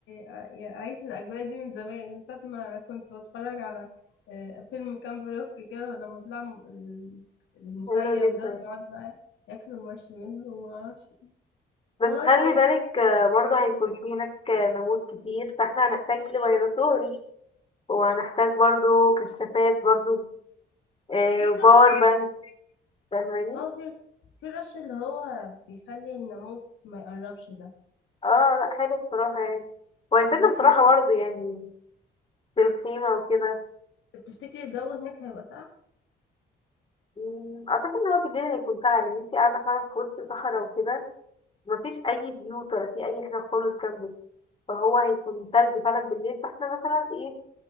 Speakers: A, on the left; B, on the left.
A: آه، يعني اعيش الاجواء دي من زمان من ساعه ما كنت بتفرج على آه، فيلم كامب روك كده لما بيطلع م- ال- المخيم
B: حلو جدا
A: ده ويقعد بقى ياكل المارشميلو وما اعرفش
B: بس
A: خلاص
B: خلي
A: ماشي
B: بالك آه، برضه هيكون في هناك آه، ناموس كتير فاحنا هنحتاج لفيروسور وهنحتاج برضه كشافات برضه آه،
A: في
B: وباور
A: رش
B: بانك فاهماني
A: اه في في رش اللي هو بيخلي الناموس ما يقربش ده
B: اه لا حلو بصراحة يعني وهيفيدنا
A: ممكن
B: بصراحة برضه يعني في الخيمة وكده
A: تفتكري الجو هناك هيبقى ساقع
B: مم، أعتقد إن هو بالليل هيكون سهل إن انتي قاعدة فاهمة في وسط صحراء وكده مفيش أي بيوت ولا في أي حاجة خالص جنبك فهو هيكون تلج فعلا بالليل فاحنا مثلا ايه